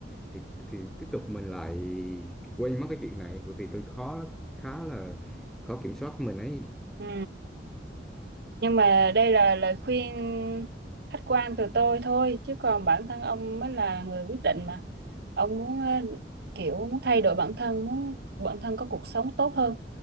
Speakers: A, in the centre; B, on the right.
A: thì thì tiếp tục mình lại quên mất cái chuyện này bởi vì tôi khó lắm, khá là khó kiểm soát mình ấy
B: Ừ. Nhưng mà đây là lời khuyên khách quan từ tôi thôi, chứ còn bản thân ông mới là người quyết định mà. Ông muốn ờ, kiểu muốn thay đổi bản thân, muốn bản thân có cuộc sống tốt hơn,